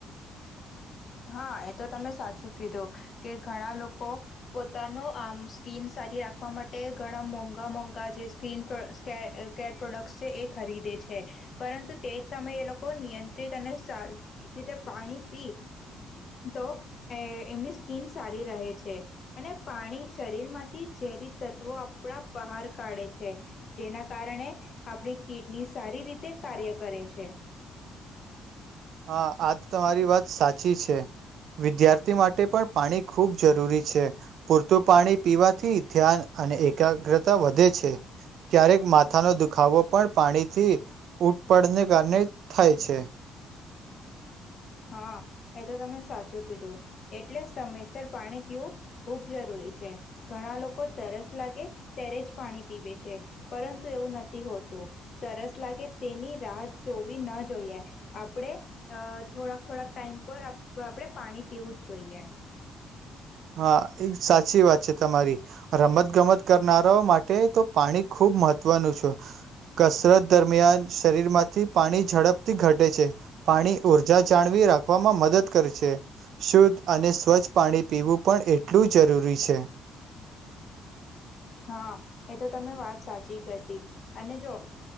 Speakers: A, on the left; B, on the right.
A: હા એ તો તમે સાચું કીધું કે ઘણા લોકો પોતાનું આમ સ્કીન સારી રાખવા માટે ઘણા મોંઘા મોંઘા જે સ્ક્રીન કેર પ્રોડક્ટ છે એ ખરીદે છે પરંતુ તે જ સમયે એ લોકો નિયંત્રિત અને સારી રીતે પાણી પી તો એ એમની સ્કીિન સારી રહે છે અને પાણી શરીરમાંથી ઝેરી તત્વો આપણા બહાર કાઢે છે જેના કારણે આપણી કિડની સારી રીતે કાર્ય કરે છે
B: હ આ તમારી વાત સાચી છે વિદ્યાર્થી માટે પણ પાણી ખૂબ જરૂરી છે પૂરતું પાણી પીવાથી ધ્યાન અને એકાગ્રતા વધે છે ક્યારેક માથાનો દુખાવો પણ પાણીથી ઉટ પડને કારણે થાય છે
A: હા એ તો તમે સાચું કીધું એટલે સમયસર પાણી પીવું ખૂબ જરૂરી છે ઘણા લોકો તરસ લાગે ત્યારે જ પાણી પીવે છે પરંતુ એવું નથી હોતું તરસ લાગે તેની રાહ જોવી ન જોઈએ આપણે થોડાક થોડાક ટાઈમ પર આપણે પાણી પીવું જ જોઈએ
B: હા એક સાચી વાત છે તમારી રમત ગમત કરનારાઓ માટે તો પાણી ખૂબ મહત્વનું છ કસરત દરમિયાન શરીરમાંથી પાણી ઝડપથી ઘટે છે પાણી ઊર્જા જાળવી રાખવામાં મદદ કરે છે શુદ્ધ અને સ્વચ્છ પાણી પીવું પણ એટલું જરૂરી છે
A: હા એ તો તમે વાત સાચી કરતી અને જો